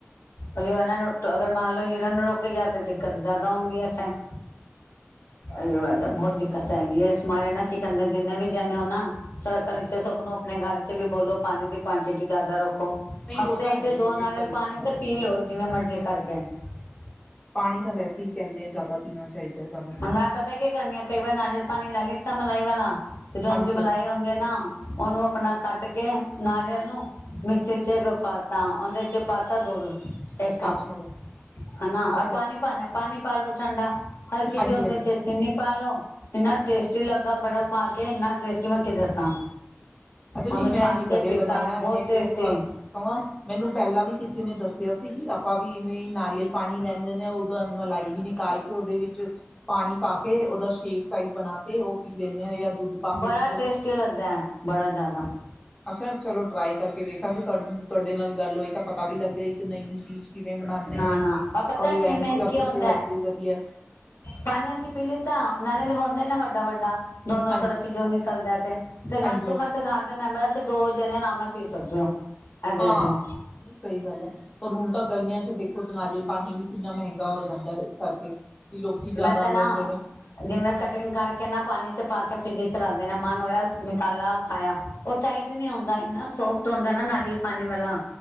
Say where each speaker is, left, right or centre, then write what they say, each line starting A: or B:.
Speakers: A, on the left; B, on the left.
A: ਉਹਨਾਂ ਨੂੰ ਅਗਰ ਮੰਨ ਲਓ ਜੇ ਇਹਨਾਂ ਨੂੰ ਰੋਕ ਗਿਆ ਤੇ ਦਿੱਕਤ ਜ਼ਿਆਦਾ ਹੁੰਦੀ ਹੈ, ਫਿਰ ਅਇਓ ਬਹੁਤ ਦਿੱਕਤ ਹੈਗੀ ਹੈ, ਇਸ ਮਾਰੇ ਨਾ ਕੀ ਕਹਦੇ ਜਿੰਨੇ ਵੀ ਜਣੇ ਹੋ ਨਾ ਸੜਕਾਂ ਨੀਚੇ ਸਭ ਨੂੰ ਆਪਣੇ ਘਰ ਚ ਵੀ ਬੋਲੋ ਪਾਣੀ ਦੀ <unintelligible> ਜ਼ਿਆਦਾ ਰੱਖੋ
B: ਨਹੀਂ
A: ਹਫ਼ਤੇ
B: ਉਹ ਤਾਂ ਹੈ
A: ਚ
B: ਹੀ
A: ਦੋ
B: ਬਿਲਕੁਲ
A: ਨਾਰੀਅਲ
B: ਸਹੀ
A: ਪਾਣੀ
B: ਗੱਲ ਹੈ
A: ਤੇ
B: ਤੁਹਾਡੀ
A: ਪੀ ਲਵੋ ਜਿਵੇਂ ਮਰਜ਼ੀ ਕਰਕੇ। <unintelligible>
B: ਪਾਣੀ ਤਾਂ ਵੈਸੇ ਹੀ ਕਹਿੰਦੇ ਆ ਜ਼ਿਆਦਾ। ਪੀਣਾ ਚਾਹੀਦਾ ਸਭ ਨੂੰ
A: ਹੁਣ ਮੈਂ ਪਤਾ ਕੀ ਕਰਨੀ ਆ, ਕਈ ਵਾਰ ਨਾਰੀਅਲ ਪਾਣੀ ਲੈ ਤਾਂ ਮਲਾਈ ਵਾਲਾ। ਜਦੋਂ
B: ਹਾਂਜੀ
A: ਉਹਦੀ ਮਲਾਈ
B: ਹਾਂ
A: ਹੁੰਦੀ ਹੈ ਨਾ ਉਹਨੂੰ ਆਪਣਾ ਕੱਟ ਕੇ ਨਾਰੀਅਲ ਨੂੰ ਮਿਕਸੀ ਚ ਤਾਂ ਉਹਦੇ ਚ ਪਾਤਾ ਦੁੱਧ ਇੱਕ ਕਪ
B: ਅੱਛਾ
A: ਹਨਾ
B: ਅੱਛਾ
A: ਔਰ ਪਾਣੀ ਪਾਾਨਾ ਪਾਣੀ। ਪਾਲੋ ਠੰਡਾ। ਹਲਕੀ
B: ਹਾਂਜੀ
A: ਜਿਹੀ ਉਹਦੇ
B: ਹਾਂਜੀ
A: ਚ ਚੀਨੀ ਪਾਾਲੋ। ਇੰਨਾ ਟੇਸਟੀ ਲੱਗਾ ਬਰਫ਼ ਪਾ ਕੇ ਇੰਨਾ ਟੇਸਟੀ ਮੈਂ ਕਿ ਦੱਸਾਂ।
B: ਅੱਛਾ
A: ਉਹਨੂੰ
B: ਨਹੀਂ ਮੈਂ
A: ਛਾਨ
B: ਨੀ
A: ਕੇ
B: ਕਦੇ
A: ਪੀਤਾ
B: ਬਣਾਇਆ
A: ਬਹੁਤ
B: ਇਹ
A: ਟੇਸਟੀ
B: ਉਹ ਐਵੇਂ ਕਵਾਂ ਮੈਨੂੰ ਪਹਿਲਾਂ ਵੀ ਕਿਸੇ ਨੇ ਦੱਸਿਆ ਸੀ। ਸੀਗੀ ਆਪਾਂ ਵੀ ਵੀ ਨਾਰੀਅਲ ਪਾਣੀ ਲੈਂਦੇ ਨੇ, ਉਹਦਾ ਮਲਾਈ ਵੀ ਨਿਕਾਲ ਕੇ ਉਹਦੇ ਵਿੱਚ ਪਾਣੀ ਪਾ ਕੇ ਉਹਦਾ ਸ਼ੇਕ ਟਾਈਪ ਬਣਾ ਕੇ ਉਹ ਪੀ ਲੈਂਦੇ ਆ ਜਾਂ ਦੁੱਧ ਪਾ ਕੇ
A: ਬੜਾ
B: ਪੀ ਲਉ।
A: ਟੇਸਟੀ ਲੱਗਦਾ ਹੈ ਬੜਾ ਜ਼ਿਆਦਾ
B: ਅੱਛਾ ਚਲੋ ਟਰਾਾਈ ਕਰਕੇ ਵੇਖਾਂਗੇ ਤੁਹਾਡ ਤੁਹਾਡੇ ਨਾਲ ਗੱਲ ਹੋਈ ਤਾਂ ਪਤਾ ਵੀ ਲੱਗਿਆ ਇੱਕ ਨਵੀਂ ਚੀਜ਼। ਕਿਵੇਂ ਬਣਾਉਂਦੇ
A: ਨਾ
B: ਨੇ
A: ਨਾ ਆਪ ਪਤਾ
B: ਔਰ ਲੈਣੀ
A: ਕੀਂ ਮੇਨ
B: ਵੀ
A: ਨਾ
B: ਆਪਦੀ
A: ਕੀ ਹੁੰਦਾ,
B: ਸਿਹਤ ਲਈ ਵਧੀਆ
A: ਪਾਣੀ ਅਸੀਂ ਪੀ ਲਿੱਤਾ ਨਾਲੇ ਏਨਾ ਵੱਡਾ ਵੱਡਾ। ਦੋਨੋ
B: ਹਾਂਜੀ
A: ਤਰਫ਼ ਕੀ ਜੋ ਨਿਕਲਦਾ ਤੇ ਤੇ
B: ਹਾਂਜੀ
A: ਘੱਟ ਤੋਂ ਘੱਟ ਘਰ ਦੇ ਮੈਂਬਰ ਤੇ ਦੋ ਤੁਸੀ ਆਰਾਮ ਨਾਲ ਪੀ ਸਕਦੇ ਹੋ। ਇਹ ਦੇਖ
B: ਹਾਂ,
A: ਲਓ
B: ਨਹੀਂ ਸਹੀ ਗੱਲ ਐ। ਪਰ ਹੁਣ ਤਾਂ ਗਰਮੀਆਂ ਚ ਦੇਖੋ, ਨਾਰੀਅਲ ਪਾਨੀ ਵੀ ਕਿੰਨਾ ਮਹਿੰਗਾ ਗਾ ਹੋ ਜਾਂਦਾ ਐ, ਇਸ ਕਰਕੇ ਲੋਕੀ ਜ਼ਿਆਦਾ
A: ਮੈਂ ਤਾਂ
B: ਲੈਂਦੇ
A: ਨਾ
B: ਨੇ
A: ਜਿਵੇਂ ਕਟਿੰਗ ਕਰਕੇ ਨਾ ਪਾਨੀ ਚ ਪਾ ਕੇ ਫਰਿੱਜ ਚ ਰੱਖ ਦੇਨਾ, ਮਨ ਹੋਇਆ ਨਿਕਾਲਾ ਖਾਇਆ, ਉਹ ਟਾਈਟ ਨੀ ਹੁੰਦਾ ਇੰਨਾ ਸੋਫਟ ਹੁੰਦਾ ਨਾ, ਨਾਰੀਅਲ ਪਾਨੀ ਵਾਲਾ